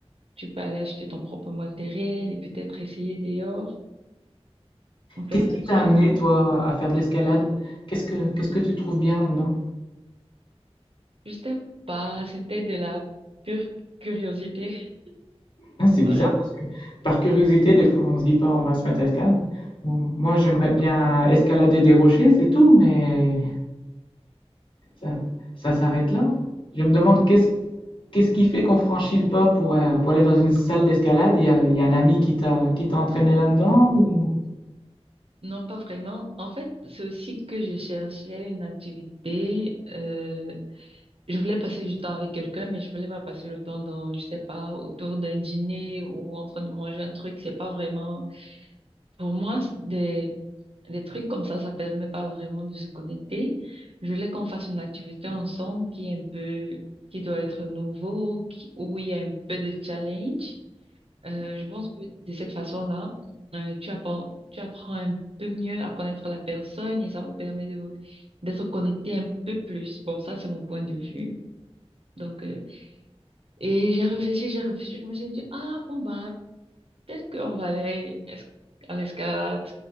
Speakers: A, on the right (about 60°); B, on the left (about 50°).
A: tu peux aller acheter ton propre matériel et peut-être essayer dehors, en pleine
B: qu'est-ce
A: nature.
B: qui t'a amené, toi, à faire de l'escalade? Qu'est-ce que, qu'est-ce que tu trouves bien là-dedans?
A: Je sais pas, c'était de la pure curiosité. <laughs>
B: Hein, C'est
A: Ouais.
B: bizarre parce que, par curiosité, des fois, on se dit pas on va se mettre à escalade. Moi, j'aimerais bien escalader des rochers, c'est tout, mais... Ça, ça s'arrête là? Je me demande qu'est-ce qu'est-ce qui fait qu'on franchit le pas pour, euh, pour aller dans une salle d'escalade? Il y a, il y a un ami qui t'a qui t'a entraîné là-dedans ou
A: Non, pas vraiment. En fait, c'est aussi que je cherchais une activité, euh, Je voulais passer du temps avec quelqu'un, mais je voulais pas passer le temps dans, je sais pas, autour d'un dîner ou en train de manger un truc. C'est pas vraiment, pour moi, c'est des, des trucs comme ça, ça permet pas vraiment de se connecter. Je voulais qu'on fasse une activité ensemble qui est un peu, qui doit être nouveau, qui- où il y a un peu de challenge. Euh, je pense que de cette façon-là, euh, tu apprends, tu apprends un peu mieux à connaître la personne et ça vous permet de, d'être connecté un peu plus. Bon, ça, c'est mon point de vue. Donc, euh, et j'ai réfléchi, j'ai réfléchi, je me suis dit, ah bon bah, peut-être qu'on va aller es- à l'escalade.